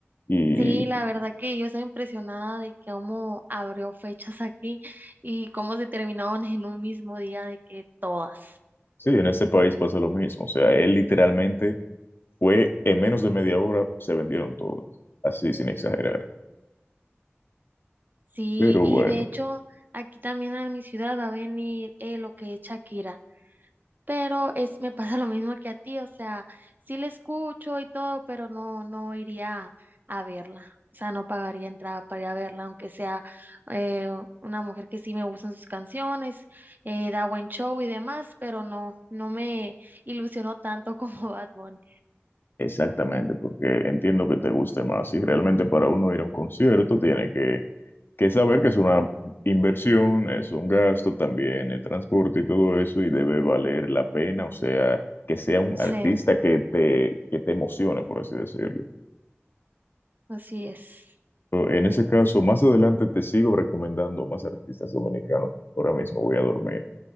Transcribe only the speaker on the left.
Y
sí, en este país pasa lo mismo. O sea, él literalmente fue, en menos de media hora se vendieron todos, así sin exagerar.
Pero
bueno,
exactamente, porque entiendo que te guste más. Y realmente para uno ir a un concierto tiene que que saber que es una inversión, es un gasto también, el transporte y todo eso, y debe valer la pena, o sea, que sea un
artista que te, que te emocione, por así decirlo.
O, En ese caso, más adelante te sigo recomendando más artistas dominicanos. Ahora mismo voy a dormir.